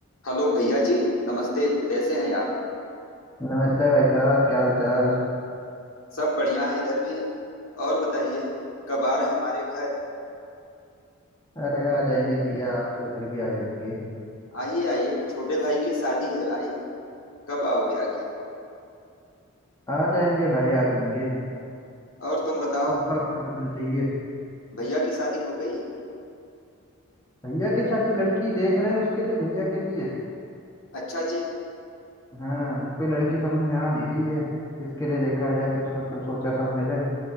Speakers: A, on the left; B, on the left.
A: Hello भैया जी नमस्ते कैसे हैं आप
B: नमस्ते भाई साहब क्या हाल चाल
A: सब बढ़िया है इधर भी और बताइए कब आ रहे हैं हमारे घर
B: अरे आ जाएंगे भैया आपके उधर भी आ जाएंगे
A: आइए आइए छोटे भाई की शादी है भाई कब आओगे आखिर
B: आ जाएंगे भाई आ जाएंगे
A: और तुम बताओ
B: मौका भी तो लगना चाहिए
A: भैया की शादी हो गई
B: भैया की शादी लड़की देख रहे हैं उसके लिए भैया के लिए
A: अच्छा जी
B: हाँ कोई लड़की समझ में आ नहीं रही है किसके लिए देखा जाए कुछ मतलब सोचा समझा जाए